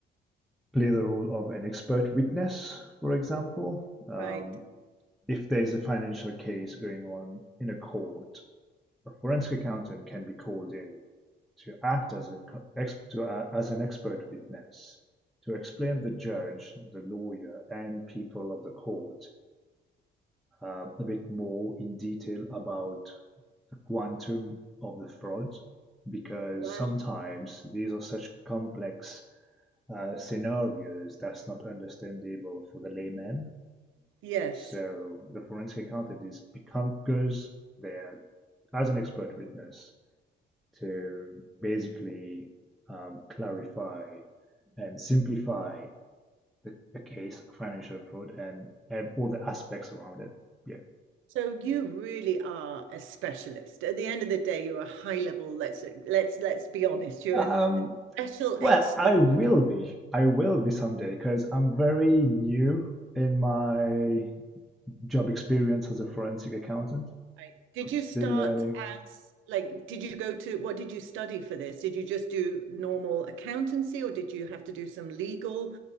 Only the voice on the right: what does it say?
right.
Wow.
Yes.
So you really are a specialist. At the end of the day, you're a high level, let's let's let's be honest, you're
a special
expert.
right? Did
you
start
as like did you go to what did you study for this? Did you just do normal accountancy or did you have to do some legal?